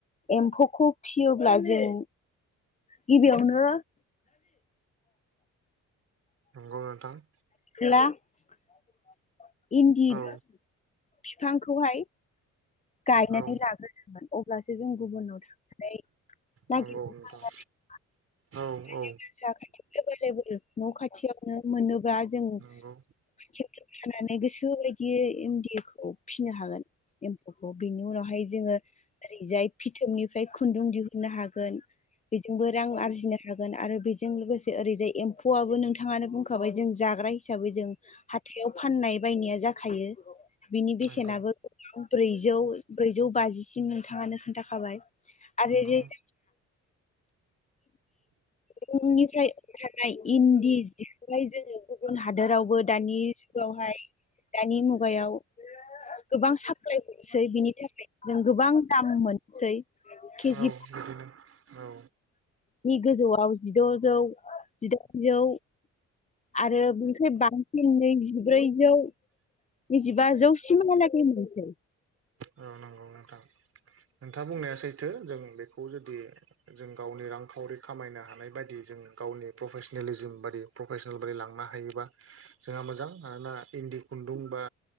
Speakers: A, on the left; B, on the right.
A: एम्फौखौ फियोब्ला जों गिबियावनो
B: नंगौ नोंथां
A: <unintelligible> इन्दि
B: औ
A: फिफांखौहाय गायनानै
B: औ
A: लाग्रो नांगोन अब्लासो जों गुबुनाव थांनानै नागिरनांनाय
B: नंगौ नोंथां
A: नङा
B: औ औ
A: जोंहा एबोल लेबोल न खाथियावनो मोनोब्ला जों
B: नंगौ
A: खाथियावनो थानानै गोसो बायदियै <unintelligible> फिसिनो हागोन <unintelligible> बेनि उनावहाय जोङो ओरैजाय फिथोबनि फ्राय खुन्दुं दिहुननो हागोन बेजोंबो रां आरजिनो हागोन आरो बेजों लोगोसे ओरैजाय एम्फौआबो नोंथाङानो बुंखाबाय जों जाग्रा हिसाबै जों हाथायाव फाननाय बायनाया जाखायो बिनि बेसेनाबो
B: नंगौ
A: ब्रैजौ ब्रैजौ बाजिसिम नोंथाङानो खोन्था खाबाय आरो
B: नंगौ
A: <unintelligible> जोंहा <unintelligible> ओंखारनाय इन्दि जिखौहाय जोङो गुबुन हादोरावबो दानि जुगावहाय दानि मु मुगायाव गोबां सा फ्लाय हरसै बिनि थाखाय जों गोबां दाम मोनसै केजिनि
B: औ बिदिनो औ
A: नि गोजौआव जिद जौ जिदाइनजौ आरो <unintelligible> <unintelligible> बांसिन ब्रैजौ <unintelligible> जौसिम हालागै उम <inaudible>
B: औ नंगौ नोंथां नोंथाङा बुंनाया सैथो जों बेखौ जुदि जों गावनि रांखावरि खामायनो हानाय बायदि जों गावनि प्रफेसनेलिजिम बादि प्रफेसनेल बायदि लांनो हायोब्ला जोंहा मोजां मोजां मानोना इन्दि खुन्दुं बा